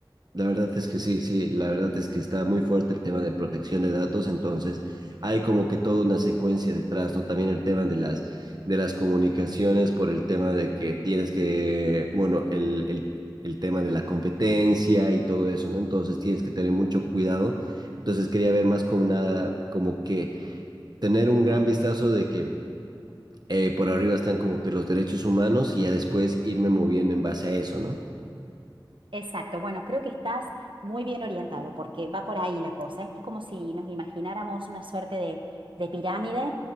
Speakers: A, on the right (about 55°); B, on the right (about 75°).
A: La verdad es que sí, sí, la verdad es que está muy fuerte el tema de protección de datos, entonces hay como que toda una secuencia detrás, ¿no? También el tema de las, de las comunicaciones por el tema de que tienes que, bueno, el, el, el tema de la competencia y todo eso, ¿no? Entonces tienes que tener mucho cuidado. Entonces quería ver más como nada, como que tener un gran vistazo de que eh, por arriba están como que los derechos humanos y ya después irme moviendo en base a eso, ¿no?
B: Exacto, bueno, creo que estás muy bien orientado porque va por ahí la cosa. Es como si nos imagináramos una suerte de, de pirámide